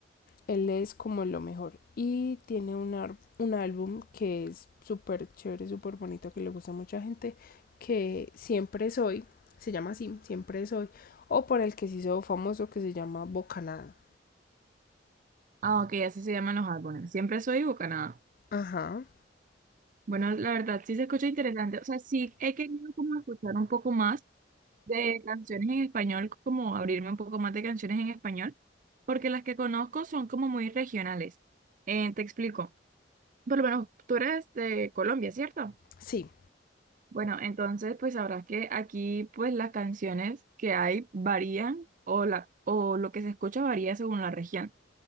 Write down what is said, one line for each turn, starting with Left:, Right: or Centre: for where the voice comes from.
Left: él es como lo mejor. Y tiene un, ar- un álbum que es súper chévere, súper bonito, que le gusta a mucha gente, que Siempre Soy, se llama así, Siempre Soy, o por el que se hizo famoso que se llama Bocanada.
Right: Ah, ok, así se llaman los álbumes. Siempre soy Bucanada.
Left: Ajá,
Right: Bueno, la verdad sí se escucha interesante. O sea, sí he querido como escuchar un poco más de canciones en español, como abrirme un poco más de canciones en español, porque las que conozco son como muy regionales. Eh, te explico. Por lo menos tú eres de Colombia, ¿cierto?
Left: sí.
Right: Bueno, entonces pues sabrás que aquí pues las canciones que hay varían o, la, o lo que se escucha varía según la región.